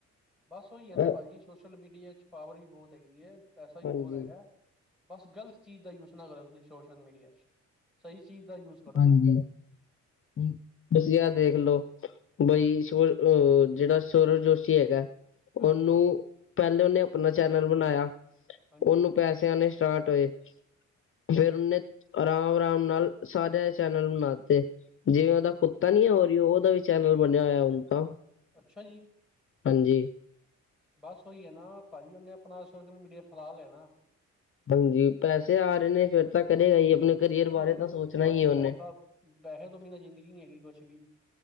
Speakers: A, in the centre; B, on the left.
A: ਬਸ ਉਹੀ ਹੈ ਨਾ
B: ਅ
A: ਭਾਜੀ- ਸੋਸ਼ਲ ਮੀਡੀਆ ਵਿੱਚ ਪਾਵਰ ਵੀ ਬਹੁਤ ਹੈਗੀ ਹੈ। ਪੈਸਾ ਵੀ
B: ਹਾਂਜੀ।
A: ਬਹੁਤ ਹੈਗਾ। ਬਸ ਗਲਤ ਚੀਜ ਦਾ ਯੂਜ ਨਾ ਕਰੋ ਤੁਸੀ ਸੋਸ਼ਲ ਮੀਡੀਆ 'ਚ, ਸਹੀ ਚੀਜ ਦਾ ਯੂਕਰੋ-
B: ਹਾਂਜੀ- ਤੁਸੀ ਯਾਰ ਦੇਖਲੋ ਬਈ ਸ ਅਹ ਜਿਹੜਾ ਸੋਰਬ ਜੋਸ਼ੀ ਹੈਗਾ।
A: ਹਾਂਜੀ
B: ਉਹਨੂੰ
A: ਹਾਂਜੀ
B: ਪਹਿਲੇ ਉਹਨੇ ਆਪਣਾ ਚੈਨਲ ਬਣਾਇਆ।
A: ਹਾਂਜੀ
B: ਉਹਨੂੰ ਪੈਸੇਆਂਣੇ ਸਟਾਟ ਹੋਏ। ਫਿਰ ਉਹਨੇ ਆਰਾਮ ਆਰਾਮ ਨਾਲ ਸਾਰੇ ਚੈਨਲ ਬਣਾਤੇ। ਜਿਵੇ ਉਹਦਾ ਕੁੱਤਾ ਨੀ ਹੈ ਹੋ ਰਹੀ ਉਹਦਾ ਵੀ ਚੈਨਲ ਬਣਿਆ ਹੋਇਆ ਹੁਣ ਤਾਂ।
A: ਅਛਾ ਜੀ।
B: ਹਾਂਜੀ।
A: ਬਸ ਉਹੀ ਹੈ ਨਾ ਭਾਜੀ ਉਹਨੇ ਆਪਣਾ ਸ਼ੋਸ਼ਲ ਮੀਡੀਆ ਫੈਲਾ ਲੇਆਨਾ।
B: ਹਾਂਜੀ ਪੈਸੇ ਆ ਰਹੇ ਨੇ ਫੇਰ ਤਾਂ ਕਰੇਗਾ ਹੀ ਆਪਣੇ ਕਰੀਅਰ
A: ਉਹੀ
B: ਬਾਰੇ
A: ਤੇ
B: ਤਾਂ ਸੋਚਣਾ
A: ਭਾਜੀ
B: ਹੀ ਹੈ ਉਹਨੇਂ।
A: ਪੈਸਾ ਪੈਸੇ ਤੋਂ ਬਿਨਾ ਜ਼ਿੰਦਗੀ ਨੀ ਹੈਗੀ ਕੁਛ ਵੀ।